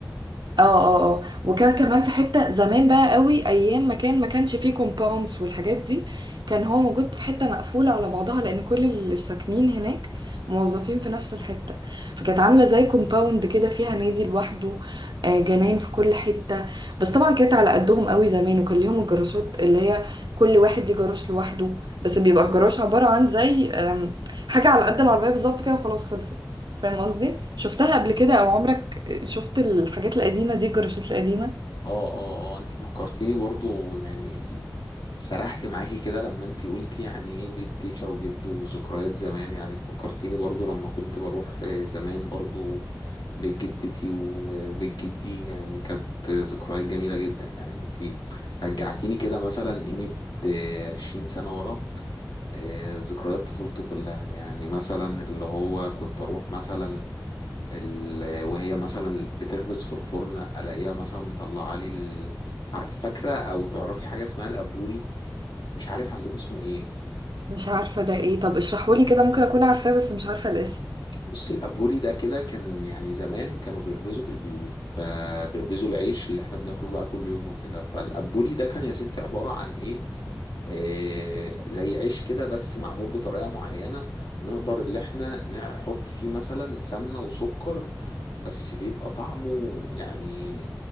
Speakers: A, on the right; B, on the left.
A: اه اه اه وكان كمان في حتة زمان بقى قوي ايام ما كان ما كانش فيه كومباوندز والحاجات دي كان هو موجود في حتة مقفولة على بعضها لان كل اللي ساكنين هناك موظفين في نفس الحتة فكانت عاملة زي كومباوند كده فيها نادي لوحده آه، جنان في كل حتة بس طبعا كانت على قدهم قوي زمان وكان ليهم الجراشات اللي هي كل واحد ليه جراج لوحده بس بيبقى الجراج عبارة عن زي آم، حاجة على قد العربية بالظبط كده وخلاص خلصت فاهم قصدي؟ شفتها قبل كده او عمرك شفت الحاجات القديمة دي الجراشات القديمة
B: اه اه اه انت فكرتيني برضو يعني سرحت معاكي كده لما انت قلتي يعني ايه بيت تيتا وجد وذكريات زمان يعني فكرتيني برضو لما كنت بروح آه، زمان برضو بيت جدتي و- وبيت جدي يعني كانت ذكريات جميلة جدا يعني انت رجعتيني كده مثلا قيمة آه، عشرين سنة ورا آه، ذكريات طفولته كلها يعني مثلا اللي هو كنت أروح مثلا ال- وهي مثلا بتخبز في الفرن الاقيها مثلا مطلعه لي ال- عارف فاكره او تعرفي حاجه اسمها الابوري مش عارف عندكم اسمه ايه
A: مش عارفة ده ايه طب اشرحهولي كده ممكن اكون عارفاه بس مش عارفة الاسم
B: بصي الابوري ده كده كان يعني زمان كانوا بيخبزوا في البيوت فبيخبزوا العيش اللي احنا بناكله بقى كل يوم وكده فالابوري ده كان يا ستي عباره عن ايه إيه، زي عيش كده بس معمول بطريقة معينة نقدر اللي احنا نحط فيه مثلا سمنة وسكر بس بيبقى طعمه يعني